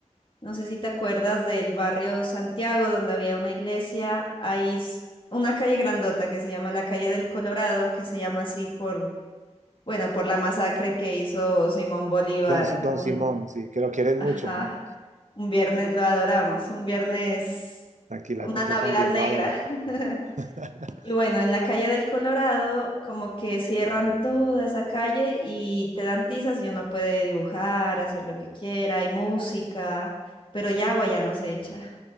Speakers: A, on the left; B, on the right.
A: No sé si te acuerdas del barrio Santiago, donde había una iglesia. Hay s- una calle grandota que se llama la calle del Colorado, que se llama así por, bueno, por la masacre que hizo Simón Bolívar.
B: Don, Si- Don
A: Un,
B: Simón, sí, que lo quieren
A: ajá,
B: mucho, ¿no?
A: un viernes, lo adoramos, un viernes,
B: Tranquila,
A: una
B: ¿no? Yo
A: Navidad
B: también
A: negra.
B: lo adoro un montón.
A: <laughs>
B: <laughs>
A: Y bueno, en la calle del Colorado, como que cierran toda esa calle y te dan tizas y uno puede dibujar, hacer lo que quiera, hay música, pero ya agua ya no se echa.